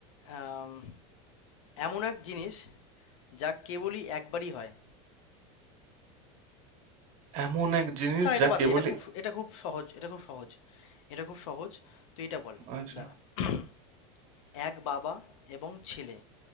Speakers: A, on the left; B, on the right.
A: আম, এমন এক জিনিস যা কেবলই একবারই হয়
B: এমন এক জিনিস
A: ছাড়
B: যা
A: এটা বাদ
B: কেবলই
A: দে এটা খুব এটা খুব সহজ এটা খুব সহজ এটা খুব সহজ তুই এটা বল
B: আচ্ছা
A: দাঁড়া <clears throat> এক বাবা এবং ছেলে